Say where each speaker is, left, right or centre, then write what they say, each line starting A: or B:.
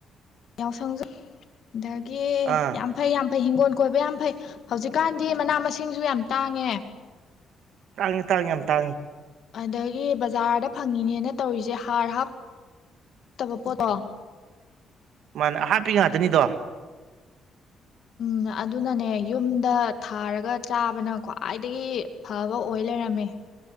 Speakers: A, on the left; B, on the right.
A: ꯌꯥꯎꯁꯪꯖ ꯗꯒꯤ
B: ꯑꯥ
A: ꯌꯥꯝ ꯐꯩ ꯌꯥꯝ ꯍꯤꯡꯒꯣꯜ ꯀꯣꯏꯕ ꯌꯥꯝ ꯐꯩ, ꯍꯧꯖꯤꯛꯀꯥꯟꯗꯤ ꯃꯅꯥ- ꯃꯁꯤꯡꯖꯨ ꯌꯥꯝ ꯇꯥꯡꯉꯦ꯫
B: ꯇꯥꯡꯉꯤ - ꯇꯥꯡꯉꯤ ꯌꯥꯝ ꯇꯥꯡꯉꯤ꯫
A: ꯑꯗꯒꯤ ꯕꯖꯥꯔꯗ ꯐꯪꯉꯤꯅꯦꯅ ꯇꯧꯔꯤꯖꯦ ꯍꯥꯔ ꯍꯥꯞ ꯇꯕ ꯄ‌ꯣꯠ ꯑꯣ
B: ꯃꯥꯅꯦ ꯑꯥꯍꯥꯞꯄꯤ ꯉꯥꯛꯇꯅꯤꯗꯣ꯫
A: ꯎꯝ ꯑꯗꯨꯅꯅꯦ ꯌꯨꯝꯗ ꯊꯥꯔꯒ ꯆꯥꯕꯅ ꯈ꯭ꯋꯥꯏꯗꯒꯤ ꯐꯕ ꯑꯣꯏ ꯂꯩꯔꯝꯃꯦ꯫